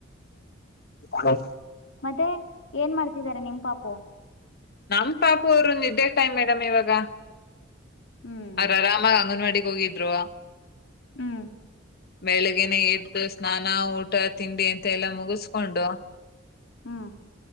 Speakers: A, on the left (about 55°); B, on the left (about 70°).
A: ಹೌ
B: ಮತ್ತೆ ಏನ್ ಮಾಡ್ತಿದಿದ್ದಾರೆ ನಿಮ್ ಪಾಪು.
A: ನಮ್ ಪಾಪು ಅವರು ನಿದ್ದೆ ಟೈಮ್ ಮೇಡಮ್ ಇವಾಗ
B: ಹ್ಞೂ
A: ಅವರು ಆರಾಮಾ ಅಂಗನವಾಡಿಗೆ ಹೋಗಿದ್ರು.
B: ಹ್ಮ್
A: ಬೆಳಿಗ್ಗೆನೆ ಎದ್ದು ಸ್ನಾನ ಊಟ ತಿಂಡಿ ಅಂತ ಎಲ್ಲಾ ಮುಗಿಸಕೊಂಡು.
B: ಹ್ಮ್